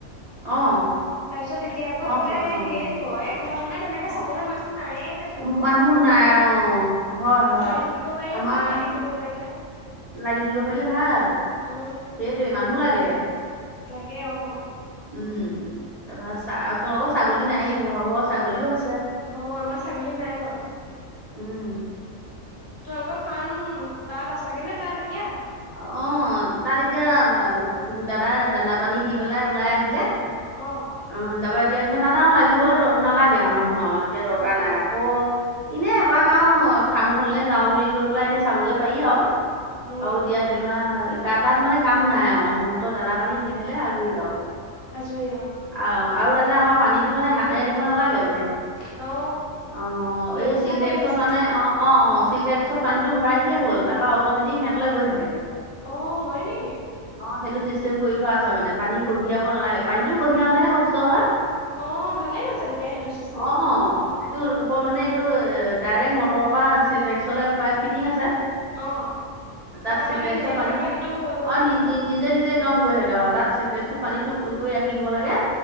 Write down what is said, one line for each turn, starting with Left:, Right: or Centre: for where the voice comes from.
Right: অ
Left: তাৰপিছত এতিয়া আকৌ
Right: অ
Left: এইকেইটা
Right: ফটো
Left: এই
Right: মাৰোঁ
Left: দিয়ে দিব এই ঘৰত মানে তেনেকে
Right: অ
Left: চাবলৈ মানুহ নায়ে যে বৌও
Right: উম, মানুহ
Left: চাব নোৱাৰে
Right: নাই অ', হয় হয়
Left: চাই থাকিব পাৰিলে
Right: আমাৰ
Left: ভাল লাগি থাকিব পাৰিলে
Right: লাগি থাকিব পাৰিলে ভাল
Left: অ
Right: সেইটোৱে মানুহো লাগে
Left: লাগে অ
Right: উম তাপ চা তোমালোকৰ ছাগলী নায়েই মোৰ ভাগৰ ছাগলীও আছে
Left: অ আমাৰ ছাগলী নাই বাৰু
Right: উম।
Left: তোমালোকৰ ফাৰ্ম তাত আছাগে নে তাত এতিয়া
Right: অ তাত এতিয়া দাদা দানা পানী দি পেলাই ওলাই আহিলে
Left: অ
Right: অ তাৰ পৰা এতিয়া তাত আৰু লাগিবলৈ নালাগে আৰু মানুহ আৰু এতিয়া দৰকাৰ
Left: অ
Right: নাই
Left: অ
Right: আকৌ এনে এপাক আৰু ফাৰ্মখনলৈ যাওঁ বুলি কৈ পেলাই এনে চাবগে পাৰি আৰু
Left: উম,
Right: আৰু এতিয়া ধৰিলোৱা ক তাত মানে কাম নাই আৰু মাত্ৰ দানা পানী দি দিলে আজৰি আৰু
Left: আজৰি অ
Right: অ আৰু তাতে আমাৰ পানীতটো মানে হাতেৰে দিব নালাগে মানে
Left: অ
Right: অ
Left: ব্যৱস্থা
Right: এই চিলটেক্সত
Left: কৰি দিছা?
Right: মানে অ অ অ চিলটেক্সত পানীটো ভৰাই থলেই হ'ল অট'মেটিক সিহঁতলে গৈ থাকে
Left: অ হয় নেকি
Right: অ সেইটো চিষ্টেম কৰি থোৱা আছে মানে পানী কঢ়িয়াব নালাগে পানীটো কঢ়িয়াওতেহে কষ্ট হয়
Left: অ', ভালে হৈছে তেতিয়া সেইটো চিষ্টেমত।
Right: অ এইটো ওপৰত মানে এইটো ডাইৰেক্ট মটৰৰ পৰা চিল্টেক্সলে পাইপ ফিটিং আছে
Left: অ
Right: তাত
Left: তাৰপা
Right: চিলটেক্সত
Left: মানে নিজে নিজে
Right: পানী
Left: পানীটো হৈ গৈ
Right: অ
Left: থাকে
Right: নি
Left: আৰু।
Right: নি নিজে নিজে গম গৈ থাকে অ তাত <unintelligible>
Left: উম,
Right: পানীটো ফুল কৰি ৰাখি দিব লাগে